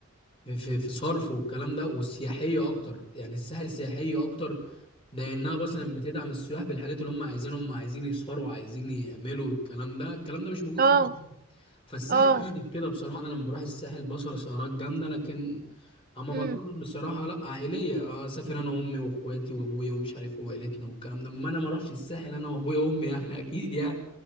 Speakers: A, on the left; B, on the right.
A: في في في صرف والكلام ده والسياحيه اكتر يعني الساحل سياحيه اكتر لانها مثلا بتدعم السياح بالحاجات اللي هم عايزينهم هم عايزين يسهروا عايزين يعملوا الكلام ده الكلام ده مش موجود في
B: اه
A: فالساحل
B: اه
A: جامد كده بصراحة أنا لما بروح الساحل بصر سهرات جامدة لكن أما مطلوب
B: امم
A: بصراحة لأ عائلية آه، أسافر أنا وأمي وإخواتي وأبويا ومش عارف إيه وعيلتنا والكلام ده أما أنا ما أروحش الساحل أنا وأبويا وأمي يعني أكيد يعني